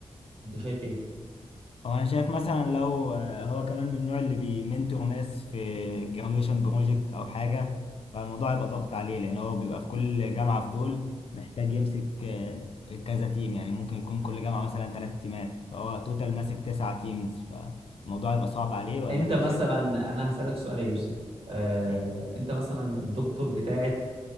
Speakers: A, on the right (about 55°); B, on the left (about 55°).
A: انت شايف ايه؟
B: هو انا شايف مثلا لو آه، هو كمان من النوع اللي بيمنتور ناس في الجراديويشن بروجكت او حاجه فالموضوع يبقى ضغط عليه لان هو بيبقى في كل جامعه في دول محتاج يمسك آه، كذا تيم يعني ممكن يكون كل جامعه مثلا ثلاث تيمات فهو توتال ماسك تسعة تيمز فالموضوع يبقى صعب عليه ولا
A: انت
B: انت
A: مثلا
B: شايف
A: انا هسألك سؤال يا يوسف آه،
B: مم.
A: انت مثلا الدكتور بتاعت